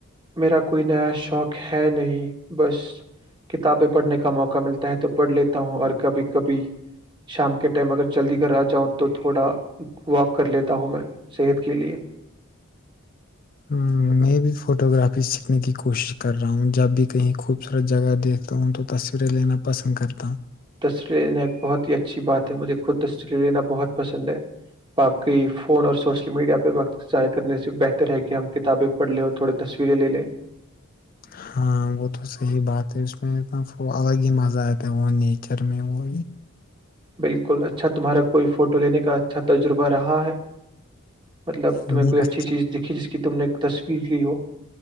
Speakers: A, on the right; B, on the left.
A: میرا کوئی نیا شوق ہے نہیں بس کتابیں پڑھنے کا موقع ملتا ہے تو پڑھ لیتا ہوں اور کبھی کبھی شام کے ٹائم اگر جلدی گھر آ جاؤں تو تھوڑا واک کر لیتا ہوں میں صحت کے لیئے
B: ہ میں بھی فوٹو گرافی سیکھنے کی کوشش کر رہا ہوں جب بھی کہیں خوبصورت جگہ دیکھتا ہوں تو تصویریں لینا پسند کرتا ہوں
A: اسری لینا بہت ہی اچھی بات ہے مجھے خود تٹریل لینا بہت پسند ہے باقی فون اور سوشل میڈیا پہ ب ضائع کرنے سے بہتر ہے کہ ہم کتابیں پڑھ لیں اور تھوڑی تصویریں لے لیں
B: ہاں وہ تو صحیح بات ہے اس میں ایکنا الگ ہی مزہ آتا ہے وہ نیچر میں وہ
A: بالکل اچھا تمہارا کوئی فوٹو لینے کا اچھا تجربہ رہا ہے مطلب
B: نہیں
A: تمہیں کوئی اچھی چیز دھی جس کی کی تم نے ایک تصویر کی ہو